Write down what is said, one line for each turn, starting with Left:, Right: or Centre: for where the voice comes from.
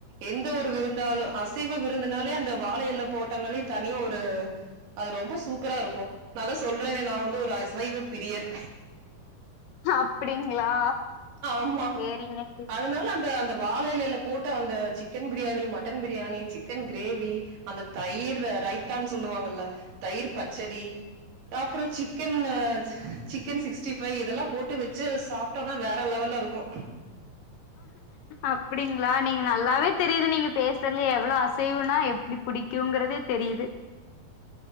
Right: எந்த ஒரு விருந்தாலு அசைவ விருந்துனாலே அந்த வாழ எல போட்டனாலே தனி ஒரு அது ரொம்ப சூப்பரா இருக்கும் நா தா சொல்றனே நா வந்து ஒரு அசைவ பிரியர்
Left: அப்டிங்களா
Right: ஆமா
Left: சேரிங்க சேரி
Right: அதனால அந்த அந்த வாழ எலைல் போட்ட அந்த chicken biryani mutton biryani chicken gravy அந்த தயிரு ரைத்தான் சொல்லுவாங்கல்ல தயிரு பச்சடி அப்றோ சிக்கன் சிக்கன் சிக்ஸ்டி ஃபை இதெல்லா போட்டு வச்சு சாப் டோன்னா வேற லெவல்லருக்கு
Left: அப்படிங்களா நீங்க நல்லாவே தெரியுது நீங்க பேசுற்த்லே எவ்ளோ ஆச செய்வனா எப்புடி பிடிக்குங்கறதே தெரியுது